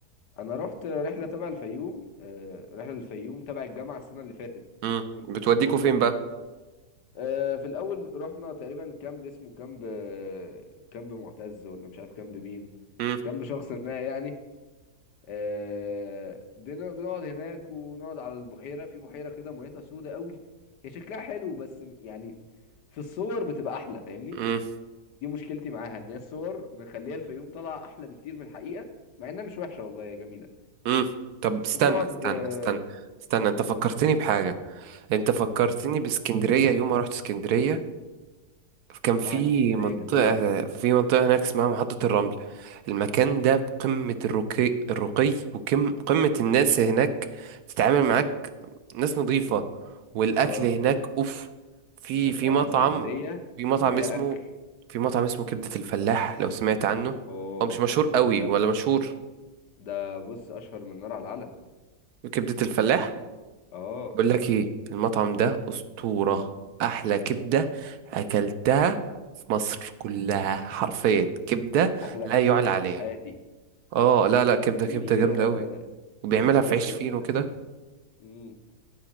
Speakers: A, on the left (about 85°); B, on the right (about 70°).
A: انا رحت رحلة تبع الفيوم آه رحلة للفيوم تبع الجامعة السنة اللي فاتت
B: امم
A: كنت
B: بتوديكوا
A: من المنظمين
B: فين بقى
A: آه في الاول رحنا تقريبا كامب اسمه كامب آه، كامب معتز ولا مش عارف كامب مين
B: امم
A: كامب شخص ما يعني آه بن- بنقعد هناك ونقعد على البحيرة في بحيرة كده ميتها سودة قوي هي شكلها حلو بس يعني في الصور بتبقى احلى فاهمني
B: امم
A: دي مشكلتي معاها ان هي الصور مخليه الفيوم طالعه احلى بكتير من الحقيقه مع انها مش وحشه والله يا جميله
B: امم طب استنى
A: وبنقعد
B: استنى
A: آه،
B: استنى استنى انت فكرتني
A: قول
B: بحاجة انت فكرتني
A: مم.
B: باسكندرية يوم ما رحت اسكندرية كان في
A: لا اسكندريه
B: منطقة
A: جميله
B: في منطقة هناك اسمها محطة الرمل المكان
A: مم.
B: ده قمة الرقي الرقي وقمة قمة الناس هناك تتعامل معاك ناس نظيفة والأكل
A: اه
B: هناك أوف في
A: بصراحه
B: في مطعم
A: اسكندريه
B: في مطعم
A: اسكندريه
B: اسمه
A: اكل
B: في مطعم اسمه كبدة الفلاح لو سمعت عنه
A: اوف
B: هو مش مشهور
A: قله
B: قوي
A: ادب
B: ولا مشهور
A: ده بص اشهر من نار على العلم
B: كبدة الفلاح
A: اه
B: بقول لك ايه المطعم ده أسطورة أحلى كبدة أكلتها في مصر كلها حرفيا كبدة
A: احلى
B: لا
A: كبده
B: يعلى
A: اكلتها
B: عليها
A: في حياتي
B: اه لا لا كبدة
A: وفي
B: كبدة جامدة
A: آه،
B: أوي وبيعملها
A: في اماكن
B: في عيش
A: حلوه
B: فينو
A: جدا
B: كده
A: مم.